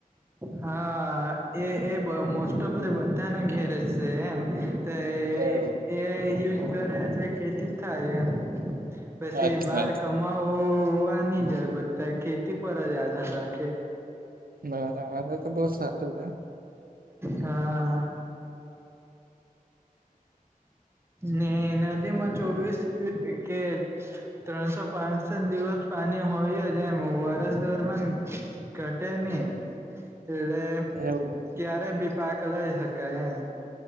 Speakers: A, on the right (about 15°); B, on the right (about 75°).
A: હા એ એ મોસ્ટ ઓફલી બધાને ઘેરે છે એમ તો
B: એવું
A: એય યુઝ કરે એટલે ખેતી થાય એમ પછી
B: અચ્છા
A: બાર
B: અચ્છા
A: કમાવા ની જાય બધા ખેતી પર જ આધાર રાખે
B: મારા મારે તો બહુ સારું રે
A: હા ને નદીમાં ચોવીસ કે ત્રણસો પાસઠ દિવસ પાણી હોય જ એમ વરસ દરમિયાન <inaudible> ઘટે ની એટલે
B: એવું
A: ક્યારે બી પાક લઈ હકાય એમ